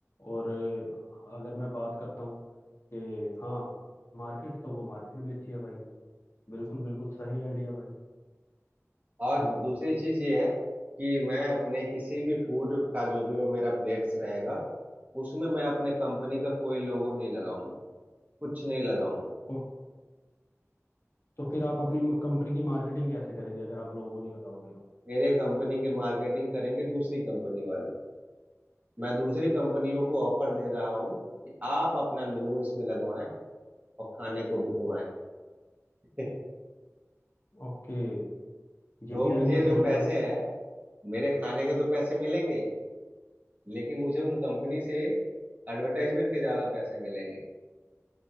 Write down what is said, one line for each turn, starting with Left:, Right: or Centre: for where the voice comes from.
Left: और अ, अगर मैं बात करता हूँ कि हाँ मार्केट तो वो मार्केट भी अच्छी है भाई बिल्कुल बिल्कुल सही आइडिया भाई
Right: और
Left: हम्म,
Right: दूसरी चीज ये है कि मैं अपने किसी भी फूड का जो भी मेरा प्लेट्स रहेगा उसमें मैं अपने कंपनी का कोई लोगो नहीं लगाऊंगा कुछ नहीं लगाऊंगा
Left: तो, तो फिर आप अपनी म- कंपनी की मार्केटिंग कैसे करेंगे अगर आप लोगो नहीं लगाओगे तो
Right: मेरे कंपनी के मार्केटिंग करेंगे दूसरी कंपनी वाले मैं दूसरी कंपनियों को ऑफर दे रहा हूँ कि आप अपना लोगो इसमें लगवाएं और खाने को बिकवाएं <laughs>
Left: ओके ये
Right: तो
Left: भी
Right: मुझे
Left: आइडिया बढ़िया
Right: जो पैसे
Left: है भाई
Right: हैं मेरे खाने के तो पैसे मिलेंगे ही, लेकिन मुझे उन कंपनी से एडवर्टाइजमेंट के ज्यादा पैसे मिलेंगे